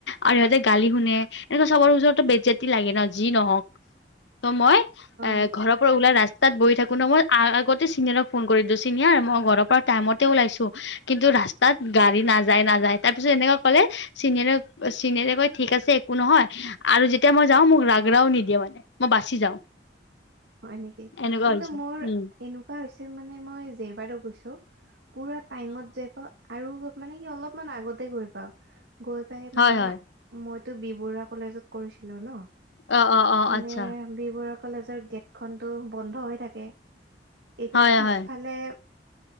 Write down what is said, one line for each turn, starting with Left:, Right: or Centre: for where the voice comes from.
Left: আৰু সিহঁতে গালি শুনে। এনেকুৱা চবৰ ওচৰতটো বেজ্জতি লাগে ন যি নহওক। ত মই এ
Right: অ
Left: ঘৰৰ পৰা ওলাই ৰাচ তাত বহি থাকো ন। মই আগতে চিনিয়ৰক ফোন কৰি দিও চিনিয়ৰ মই ঘৰৰ পৰা টাইমতে ওলাইছো। কিন্তু ৰাস্তাত গাড়ী নাযায়, নাযায়। তাৰ পিছত এনেকুৱা ক'লে চিনিয়ৰে চিনিয়ৰে ক'য় ঠিক আছে একো নহ'য়। আৰু যেতিয়া মই যাওঁ মোক ৰাগৰাও নিদিয়ে মানে, মই বাছি যাওঁ।
Right: হ'য় নেকি?
Left: এনেকুৱা
Right: কিন্তু
Left: হৈছে
Right: মোৰ
Left: উম
Right: এনেকুৱা হৈছে মানে মই যেইবাৰো গৈছো পোৰা টাইমত যে অ আৰু মানে কি অলপমান আগতে গৈ পাও। গৈ পাই
Left: হয়
Right: মানে
Left: হয়
Right: মইতো বি বৰুৱা কলেজত কৰিছিলো ন।
Left: অ অ অ
Right: মানে
Left: আচ্ছা
Right: বি বৰুৱা কলেজৰ গেটখনতটো বন্ধ হৈ থাকে। এতিয়া
Left: হয়
Right: পিছফালে
Left: হয়